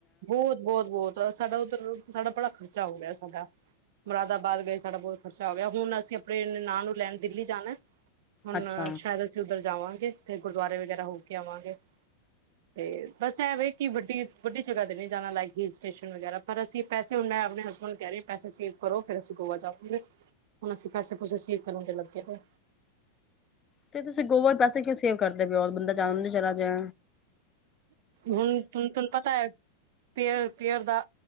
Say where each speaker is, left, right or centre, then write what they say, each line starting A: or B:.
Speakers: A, on the right (about 55°); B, on the left (about 25°).
A: ਬਹੁਤ ਬਹੁਤ ਬਹੁਤ ਸਾਡਾ ਉੱਧਰ ਸਾਡਾ ਭੜਕ ਖਰਚਾ ਹੋ ਗਿਆ ਸਾਡਾ ਮੁਰਾਦਾਬਾਦ ਗਏ ਸਾਡਾ ਬਹੁਤ ਖਰਚਾ ਹੋ ਗਿਆ ਹੁਣ ਅਸੀਂ ਆਪਣੇ ਨਾਂ ਨੂੰ ਲੈਣ ਦਿੱਲੀ ਜਾਣਾ ਹੁਣ
B: ਅੱਛਾ
A: ਸ਼ਾਇਦ ਅਸੀਂ ਉੱਧਰ ਜਾਵਾਂਗੇ ਥੇ ਗੁਰਦੁਆਰੇ ਵਗੈਰਾ ਹੋ ਕੇ ਆਵਾਂਗੇ ਤੇ ਬਸ ਐਵੇ ਕਿ ਵੱਡੀ ਵੱਡੀ ਜਗ੍ਹਾ ਤੇ ਨ ਨਹੀਂ ਜਾਣਾ ਲਕ ਹਲ ਸਟੇਸ਼ਨ ਵਗੈਰਾ ਪਰ ਅਸੀਂ ਪੈਸੇ ਹੁੰ ਆਪਣੇ ਹਸਬੈਂਡ ਕਹਿ ਰਹੇ ਪੈਸੇ ਸੀਵ ਕਰੋ ਫਿਰ ਅਸੀਂ ਗੋਆ ਜਾਵਾਂਗੇ ਹੁਣ ਅਸੀਂ ਪੈਸੇ ਪੂਸੇ ਸੀਵ ਕਰਾਂਗੇ ਲੱਗੇ ਦੇ
B: ਤੇ ਤੁਸੀਂ ਗੋਬ ਪੈਸੇ ਕਿਉਂ ਸੇਵ ਕਰਦੇ ਪ ਹੋ ਬੰਦਾ ਜਾਣਦੇ ਚਲਾ ਜਾ
A: ਹੁਣ ਤੈਨੂੰ ਪਤਾ ਹੈ ਪੇਅਰ ਪੇਅਰ ਦਾ